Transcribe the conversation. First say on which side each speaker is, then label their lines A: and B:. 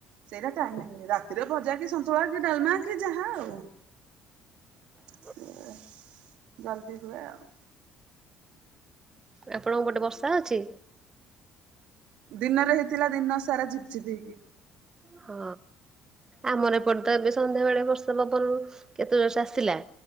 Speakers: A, on the right; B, on the right.
A: ସେଇଟା ଟାଇମ ଲାଗନି ରାତିରେ ଭଜା କି ସନ୍ତୁଳା କି ଡାଲମା କି ଯାହା ଆଉ
B: ହଁ
A: ସେ ଜଲଦି ହୁଏ ଆଉ
B: ଆପଣଙ୍କ ଗୋଟେ ବର୍ଷା ଅଛି।
A: ଦିନରେ ହେଇଥିଲା ଦିନ ସାରା ଯିପି ଜିିବି ହେଇକି।
B: ହଁ ଆମର ଏପଟ ତ ଏବେ ସନ୍ଧ୍ୟା ବେଳେ ବର୍ଷା ପବନରୁ କେତେ ଜଣ ଚାଷିଲା।